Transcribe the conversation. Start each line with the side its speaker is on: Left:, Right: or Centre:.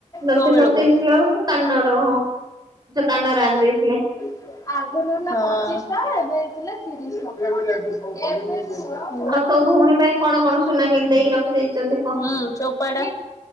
Right: ଲକ୍ଷେ
Left: ତୋ ବେଳକୁ।
Right: ସତେଇଶ ଥିଲା ବେଳକୁ କାନର ହଁ ଯଉ କାନ ର ଆଣି ଦେଇଥିଲେ।
Left: ହଁ। <inaudible>
Right: ଆଉ ତୋ ଭଉଣୀ ପାଇଁ କଣ କଣ ସୁନା କିଣି ଦେଇକି ରଖି ଦେଇଛନ୍ତି କହ
Left: ହୁଁ ଚୋପା ଟା